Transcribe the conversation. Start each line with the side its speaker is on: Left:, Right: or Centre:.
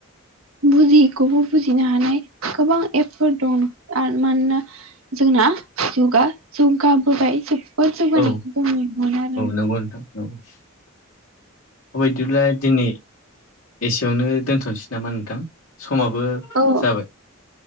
Right: बुजियिखौबो बुजिनो हानाय गोबां एपफोर दं आर मानोना जोंना जुगा जौगाबोबाय जोबोद जौगानायखौ
Left: औ
Right: जों नुनो मोनो आरो।
Left: नंगौ औ अ बेदिब्ला दिनै एसेयावनो दोनथ'सै नामा नोंथां समाबो
Right: औ
Left: जाबाय